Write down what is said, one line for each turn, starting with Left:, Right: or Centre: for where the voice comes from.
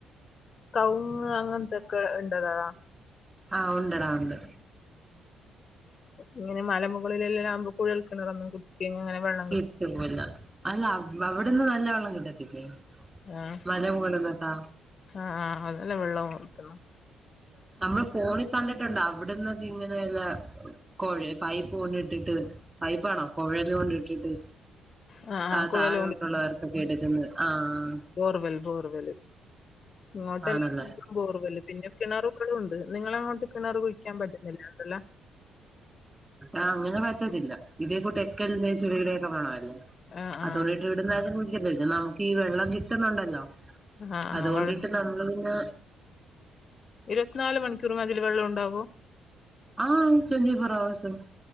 Left: കൗങ്ങ് അങ്ങൻത്തൊക്കെ ഇണ്ടതാ
Right: ആഹ് ഉണ്ടെടാ ഉണ്ട്.
Left: ഇങ്ങനെ മലമുകളിലെല്ലാം ആകുമ്പോ കുഴൽ കെണറൊന്നും കു പിന്നെങ്ങനെ വെള്ള
Right: കിട്ടൂല അല്ല അവിടന്ന് നല്ല വെള്ളം കിട്ടത്തില്ലേ?
Left: ആഹ്
Right: മലമുകളിന്നൊക്കാ
Left: ആഹ് അതെല്ലാം വെള്ളോം കിട്ടണം
Right: നമ്മള് ഫോണി കണ്ടിട്ടുണ്ട് അവിടന്നൊക്കെ ഇങ്ങനെള്ള കോയ് പൈപ്പ് കൊണ്ടിട്ടിട്ട് പൈപ്പാണോ കൊഴല് കൊണ്ടിട്ടിട്ട്
Left: ആ ആ
Right: ആഹ്
Left: കുഴൽ
Right: താഴോട്ടുള്ള വർക്കൊക്കെ എടുക്കുന്ന ആഹ്
Left: ഫോർവെൽ ഫോർവെൽ <unintelligible>
Right: ആണല്ലേ
Left: ബോർവെല് പിന്നെ കിണറുകളുംഉണ്ട് നിങ്ങള അങ്ങോട്ട് കിണർ കുഴിക്കാൻ പറ്റുന്നില്ല എന്തല്ല
Right: ആഹ് അങ്ങനെപറ്റത്തില്ല ഇതേ കൂട്ട് എക്കൽന്റെ ചെളീടൊക്കെ മണല്ലേ.
Left: ആഹ്
Right: അതോണ്ടിട്ട് ഇവിടുന്നാരും കുടിക്കുന്നില്ല നമുക്ക് ഈ വെള്ളം കിട്ടുന്നുണ്ടല്ലോ.
Left: ആ
Right: അതുകൊണ്ടിട്ട്
Left: ആ വെള്ളം
Right: നമ്മള് പിന്നാ
Left: ഇരുപത്തിനാല് മണിക്കൂറു അതിൽ വെള്ളമുണ്ടാവോ
Right: ആഹ് ടൊന്റി ഫോർ ഹവേർസും